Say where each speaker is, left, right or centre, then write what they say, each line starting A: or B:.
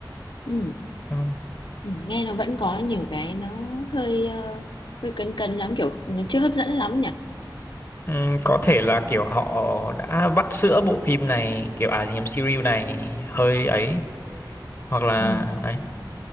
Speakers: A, on the left; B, on the left.
A: Ừ.
B: Ờ.
A: Ừ. nghe nó vẫn có nhiều cái nó hơi ờ, hơi cấn cấn lắm kiểu nó chưa hấp dẫn lắm nhỉ
B: Ừm, có thể là kiểu họ đã vắt sữa bộ phim này kiểu à nhầm series này hơi ấy hoặc là
A: ừ.
B: ấy